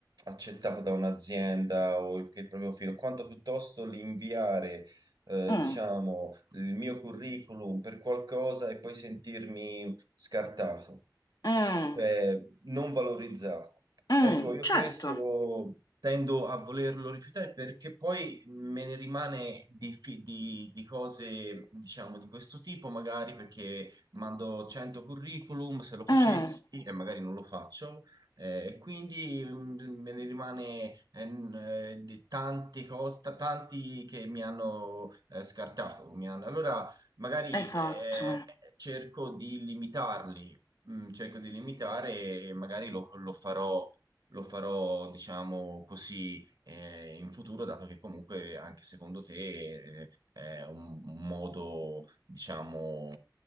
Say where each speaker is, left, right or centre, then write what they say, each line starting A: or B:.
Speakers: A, on the right (about 65°); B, on the left (about 60°).
A: accettato da un'azienda o il, che il proprio filo, quanto piuttosto l'inviare, eh,
B: mm,
A: diciamo, il mio curriculum per qualcosa e poi sentirmi scartato,
B: mm,
A: cioè non valorizzato.
B: mm,
A: Ecco, io
B: certo.
A: questo tendo a volerlo rifiutare perché poi me ne rimane di, fi- di- di cose, diciamo, di questo tipo, magari perché mando 100 curriculum, se lo facessi
B: Mm,
A: e magari non lo faccio, eh, e quindi mm, me ne rimane eh, n- eh, di tante cose, ta- tanti che mi hanno eh, scartato. mi hanno- Allora, magari
B: esatto.
A: eh, cerco di limitarli, mm, cerco di limitare e magari lo lo farò lo farò, diciamo così, eh, in futuro, dato che comunque anche secondo te, eh, è un, un modo, diciamo,